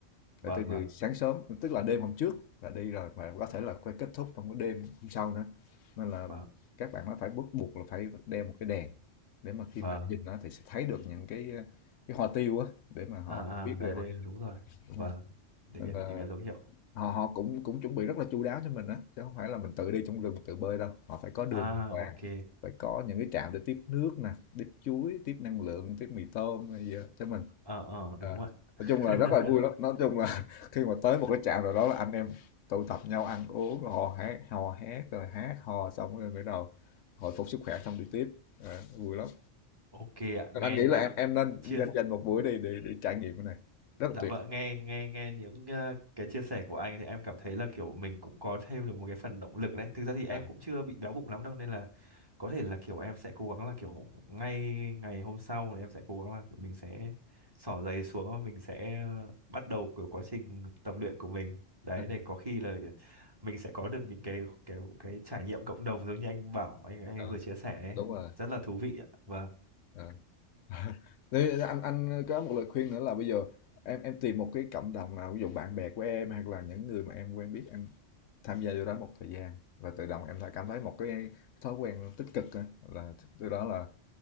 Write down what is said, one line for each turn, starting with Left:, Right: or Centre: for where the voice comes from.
Right: vâng,
Left: phải từ,
Right: vâng,
Left: từ sáng sớm tức là đêm hôm trước là đi rồi mà có thể là quay kết thúc trong cái đêm hôm sau nữa nên là
Right: vâng,
Left: các bạn nó phải bắt buộc là phải đeo một cái đèn để mà khi
Right: vâng.
Left: mà nhìn nó thì sẽ thấy được những cái cái hoa tiêu á để mà họ
Right: À
Left: biết
Right: à đây
Left: được
Right: đây
Left: họ đi
Right: đúng rồi.
Left: đúng
Right: Vâng.
Left: rồi
Right: Để
Left: nên
Right: cái
Left: là
Right: những cái dấu hiệu.
Left: họ họ cũng cũng chuẩn bị rất là chu đáo cho mình á chứ không phải là mình tự đi trong rừng tự bơi đâu họ phải có đường
Right: À
Left: đàng hoàng
Right: ok.
Left: phải có những cái trạm để tiếp nước nè tiếp chuối tiếp năng lượng tiếp mì tôm hay gì đó cho mình
Right: ờ ờ
Left: Ờ.
Right: đúng rồi
Left: nói chung là
Right: ạ
Left: rất là
Right: <laughs>
Left: vui lắm nói chung là <laughs> khi mà tới một cái trạm nào đó là anh em tụ tập nhau ăn uống rồi hò hét hò hét rồi hát hò xong rồi bắt đầu hồi phục sức khỏe xong đi tiếp Ờ, vui lắm
Right: ok ạ nghe
Left: Nên anh nghĩ
Right: những
Left: là
Right: cái
Left: em em nên
Right: chia
Left: dành dành một buổi đi để, để trải nghiệm cái này rất là
Right: dạ
Left: tuyệt
Right: vợ nghe nghe nghe những ờ, cái chia sẻ của anh thì em cảm thấy là kiểu mình cũng có thêm được một cái phần động lực đấy thực ra thì em
Left: Ờ,
Right: cũng chưa bị béo bụng lắm đâu nên là có thể là kiểu em sẽ cố gắng là kiểu ngay ngày hôm sau thì em sẽ cố gắng là kiểu mình sẽ xỏ giày xuống và mình sẽ ờ, bắt đầu kiểu quá trình tập luyện của mình đấy
Left: ờ,
Right: để có khi là mình sẽ có được những cái cái cái trải nghiệm cộng đồng giống như anh bảo anh anh
Left: ờ,
Right: vừa chia sẻ ấy.
Left: đúng rồi
Right: rất là thú vị ạ vâng
Left: Ờ. <laughs> Thế anh anh có một lời khuyên nữa là bây giờ em em tìm một cái cộng đồng nào, ví dụ bạn bè của em hoặc là những người mà em quen biết em tham gia vô đó một thời gian và tự động em lại cảm thấy một cái thói quen tích cực á, là từ đó là